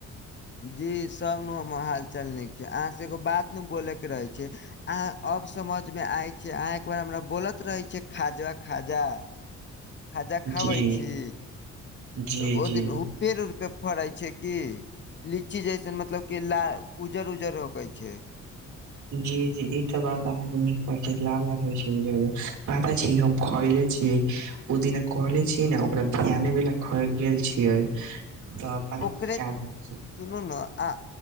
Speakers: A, on the left (about 35°); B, on the right (about 70°).
A: जी सब न हमर हालचाल नीक छै, अहाँ से एगो बात न बोले के रहे छै। अहाँ अब समझमें आय छै, अहाँ एक बेर हमरा बोलत रहै छियै खाजा- खाजा। खाजा
B: जी
A: खाबै छी।
B: जी
A: तऽ ओहि
B: जी
A: दिन, ओ पेड़-उड़ पे फड़ै छै कि, लीची जैसन मतलब कि ला। उजर उजर होकै छै।
B: जी-जी इ तऽ बात अहाँके नीक कहै छी, लाल-लाल होय छै, उजर-उजर पागल छी हम। खलै छियै ओ दिना कहले छियै ने ओकरा ध्याने वला कहै गेल छियै। तऽ। पता
A: ओकरे
B: का
A: सुनु
B: भेल छै?
A: ने आ।